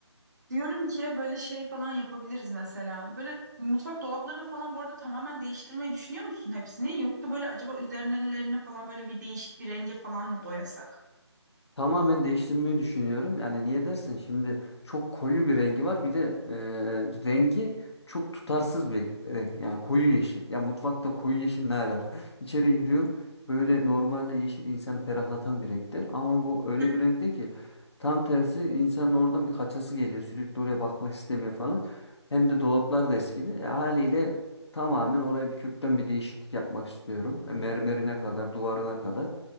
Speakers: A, on the right; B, on the left.
A: Diyorum ki böyle şey falan yapabiliriz mesela. Böyle mutfak dolaplarını falan bu arada tamamen değiştirmeyi düşünüyor musun hepsini? Yoksa böyle acaba üzerlerini falan böyle bir değişik bir renge falan mı boyasak?
B: Tamamen değiştirmeyi düşünüyorum. Yani niye dersen şimdi çok koyu bir rengi var. Bir de e, rengi çok tutarsız bir renk. Yani koyu yeşil. Ya mutfakta koyu yeşil ne alaka? <laughs> İçeri giriyorum. Böyle normalde yeşil insanı ferahlatan bir renktir. Ama bu öyle
A: <laughs>
B: bir renkte ki tam tersi insanın oradan bir kaçası geliyor. Sürekli oraya bakmak istemiyor falan. Hem de dolaplar da eskidi. E, haliyle Tamamen oraya bir kökten bir değişiklik yapmak istiyorum. E, Mermerine kadar, duvarına kadar.